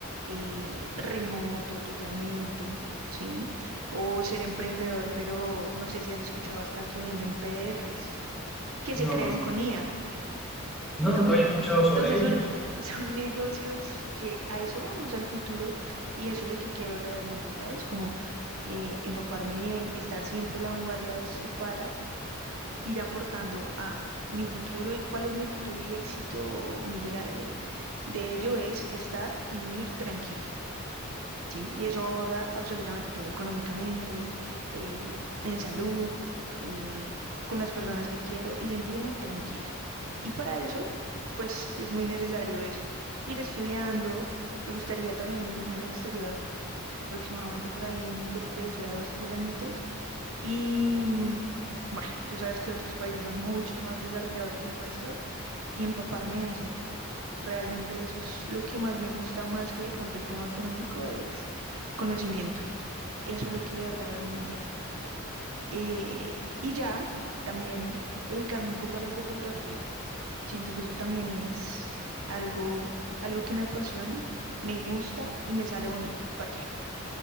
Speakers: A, on the right; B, in the centre.
A: eh, remoto totalmente, ¿sí? o ser emprendedor, pero no sé si has escuchado hasta que venden PDFs que se
B: No,
A: crean con IA,
B: no,
A: ¿no?
B: nunca había escuchado sobre
A: Entonces
B: ello.
A: son, <laughs> son negocios que a eso vamos, al futuro, y eso es lo que quiero realmente, ¿sabes? Como eh, empaparme bien, estar siempre a la vanguardia de esto para ir aportando a mi futuro y cuál es mi futuro y éxito, mi idea de, de ello es estar y vivir tranquila. ¿sí? Y eso aborda absolutamente todo económicamente, eh, en salud, eh, con las personas que quiero y sentirme tranquila. Y para eso, pues es muy necesario eso, ir estudiando. Me gustaría también irme al exterior, aproximadamente por ahí en lo que te decía, dos, tres añitos. Y mm, bueno, tú sabes que otros países son mucho más desarrollados que el nuestro y empaparme de eso. Realmente eso es lo que más me gusta más que de pronto el tema económico es conocimiento. Eso es lo que de verdad a mí me llena. Eh, y ya también dedicarme un poco a la fotografía. Siento que eso también es algo, algo que me apasiona, me gusta y me sale bonito. ¿Para qué?